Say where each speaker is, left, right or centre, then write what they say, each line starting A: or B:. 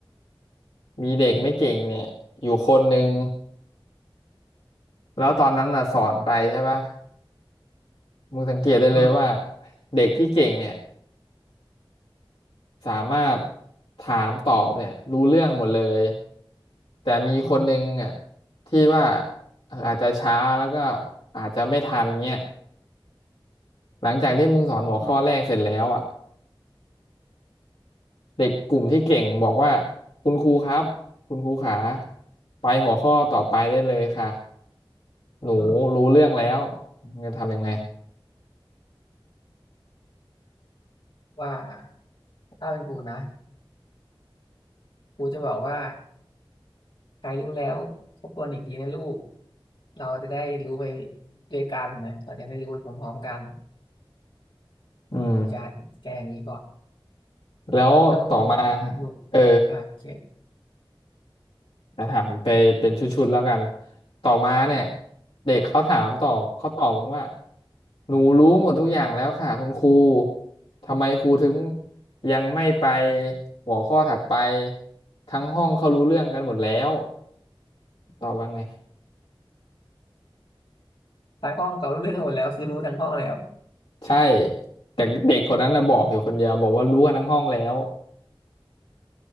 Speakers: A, on the left; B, on the left.
A: มีเด็กไม่เก่งเนี่ยอยู่คนหนึ่งแล้วตอนนั้นอ่ะสอนไปใช่ปะมึงสังเกตได้เลยว่า
B: อืม
A: เด็กที่เก่งเนี่ย สามารถถามตอบเนี่ยรู้เรื่องหมดเลยแต่มีคนหนึ่งอ่ะ
B: อืม
A: ที่ว่าเอออาจจะช้าแล้วก็อาจจะไม่ทันเงี้ยหลังจากที่มึงสอนหัวข้อแรกเสร็จแล้วอ่ะ
B: อืม
A: เด็กกลุ่มที่เก่งบอกว่าคุณครูครับคุณครูขาไปหัวข้อต่อไปได้เลยค่ะหนูรู้เรื่องแล้ว
B: อืม
A: มึงจะทำยังไง
B: ว่าถ้าเป็นกูนะกูจะบอกว่าใครรู้แล้วทบทวนอีกทีนะลูกเราจะได้รู้ไปด้วยกันนะเราจะได้รู้ไปพร้อมๆกัน
A: อืม
B: นี่กูจะแก้อย่างนี้ก่อน
A: แล้วต่อมา
B: แล้วมึงมึงมึง
A: เออ
B: อ่าโอเค
A: แจะถามไปเป็นชุดๆแล้วกันต่อมาเนี่ย
B: โอเค
A: เด็กเขาถามตอบเขาตอบว่าหนูรู้หมดทุกอย่างแล้วค่ะคุณครูทำไมครูถึงยังไม่ไปหัวข้อถัดไปทั้งห้องเขารู้เรื่องกันหมดแล้วตอบว่าไง
B: ทางห้องเขารู้เรื่องหมดแล้วคือรู้ทั้งห้องแล้ว
A: ใช่แต่เด็กคนนั้นนะบอกอยู่คนเดียวบอกว่ารู้กันทั้งห้องแล้ว